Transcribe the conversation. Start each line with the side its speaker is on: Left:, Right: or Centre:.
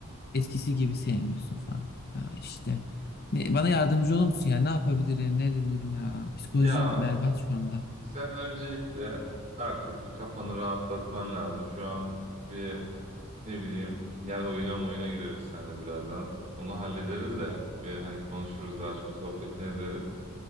Left: eskisi gibi sevmiyorsun falan. Ya işte ne, bana yardımcı olur musun ya? Ne yapabilirim? Ne edebilirim ya? Psikolojim
Right: ya
Left: berbat şu anda.
Right: sen öncelikle artık bir kafanı rahatlatman lazım. Şu an bir ne bileyim gel oyuna oyuna gireriz seninle birazdan. Onu hallederiz de bir hani konuşuruz daha çok sohbetini ederiz.